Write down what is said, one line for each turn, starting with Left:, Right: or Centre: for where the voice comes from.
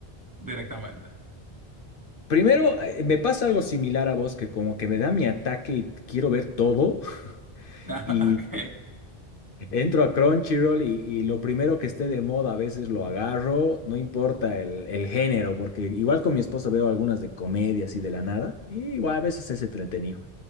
Right: directamente? <laughs>
Left: Primero, eh, me pasa algo similar a vos, que como que me da mi ataque y quiero ver todo,
Right: Ah,
Left: y
Right: Ok,
Left: entro a Crunchyroll y, y lo primero que esté de moda a veces lo agarro, no importa el, el género, porque igual con mi esposa veo algunas de comedias y de la nada, y igual a veces es entretenido.